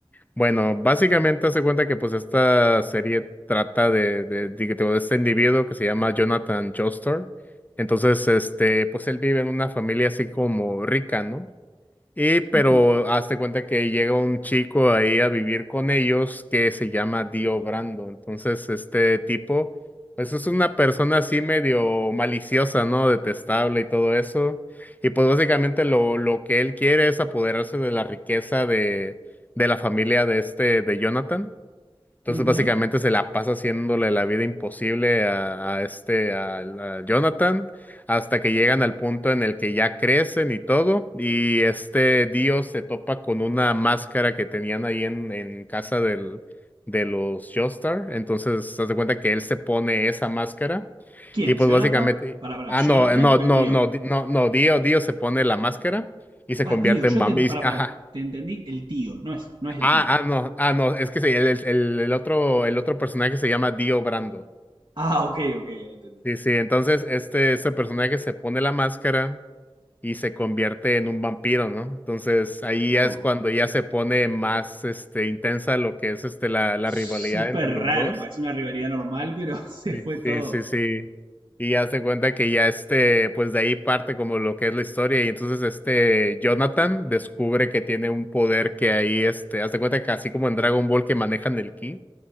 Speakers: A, on the left (about 15°); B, on the right (about 55°).
A: Bueno, básicamente hace cuenta que pues esta serie trata de, de, de, de este individuo que se llama Jonathan Joestar. Entonces, este, pues él vive en una familia así como rica, ¿no? Y pero
B: Ujú,
A: hazte cuenta que llega un chico ahí a vivir con ellos que se llama Dio Brando. Entonces, este tipo, pues es una persona así medio maliciosa, ¿no? Detestable y todo eso. Y pues básicamente lo, lo que él quiere es apoderarse de la riqueza de, de la familia de este, de Jonathan. Entonces
B: ujú.
A: básicamente se la pasa haciéndole la vida imposible a, a este, al- a, Jonathan, hasta que llegan al punto en el que ya crecen y todo, y este Dio se topa con una máscara que tenían ahí en, en casa del, de los Joestar, entonces se de cuenta que él se pone esa máscara,
B: ¿Quién?
A: y pues
B: ¿Jonathan?
A: básicamente,
B: Para, para,
A: ah,
B: ¿Jonathan
A: no, eh, no,
B: o el
A: no,
B: tío?
A: no, di- no, no, Dio, Dio se pone la máscara y se
B: Ah,
A: convierte
B: tío. yo
A: en vampiro,
B: te, para, para,
A: ajá.
B: te entendí, el tío, no es, no es el
A: Ah,
B: tío.
A: ah, no, ah, no, es que sí, el, el- el- el otro, el otro personaje se llama Dio Brando.
B: Ah, ok, ok, ahí entendí.
A: Sí, sí, entonces este, este personaje se pone la máscara y se convierte en un vampiro, ¿no? Entonces ahí
B: Wow.
A: ya es cuando ya se pone más este, intensa lo que es este, la, la
B: Súper
A: rivalidad entre
B: raro,
A: los dos.
B: parecía una rivalidad normal, pero <laughs> se
A: Sí,
B: fue todo.
A: sí, sí, sí. Y ya se cuenta que ya este, pues de ahí parte como lo que es la historia. Y entonces este Jonathan descubre que tiene un poder que ahí, este, haz de cuenta que así como en Dragon Ball que manejan el ki.